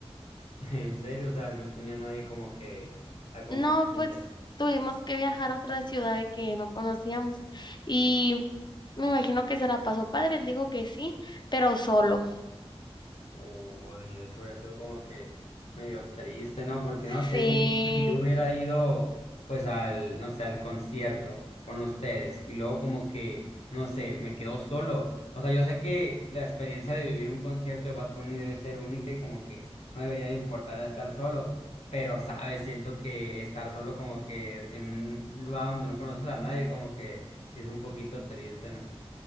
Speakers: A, on the left; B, on the left.
A: <laughs> En serio, o sea, no tenía nadie como que acompañante.
B: No, pues tuvimos que viajar a otra ciudad que no conocíamos y me imagino que se la pasó padre, él dijo que sí, pero solo.
A: Uy, eso hubiera sido como que medio triste, ¿no? Porque no
B: Sí.
A: sé, siento que si yo hubiera ido, pues al, no sé, al concierto con ustedes y luego como que, no sé, me quedo solo. O sea, yo sé que la experiencia de vivir un concierto de Bad Bunny debe ser única y como que no debería de importar estar solo. Pero, ¿sabes? Siento que estar solo como que en un lugar donde no conoces a nadie, como que sí es un poquito triste, ¿no?